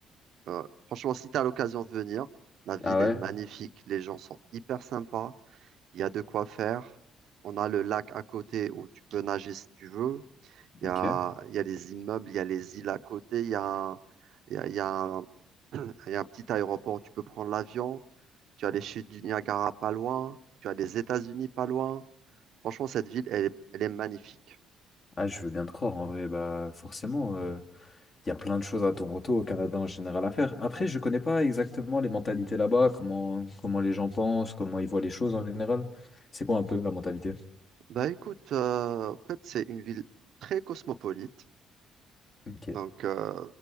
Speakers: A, on the right; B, on the left.
A: Euh, franchement, si tu as l'occasion de venir, la ville
B: Ah ouais?
A: est magnifique. Les gens sont hyper sympas. Il y a de quoi faire. On a le lac à côté où tu peux nager si tu veux. Il
B: Ok.
A: y a, il y a les immeubles, il y a les îles à côté, il y a, un- il y a, il y a un, <clears throat> il y a un petit aéroport où tu peux prendre l'avion. Tu as les chutes du Niagara pas loin. Tu as les États-Unis pas loin. Franchement, cette ville, elle, est- elle est magnifique.
B: Ah, je veux bien te croire en vrai. Bah forcément. euh, Il y a plein de choses à Toronto, au Canada en général à faire. Après, je ne connais pas exactement les mentalités là-bas, comment, comment les gens pensent, comment ils voient les choses en général. C'est quoi un peu la mentalité?
A: Bah écoute, euh, en fait, c'est une ville très cosmopolite.
B: Ok,
A: Donc, euh,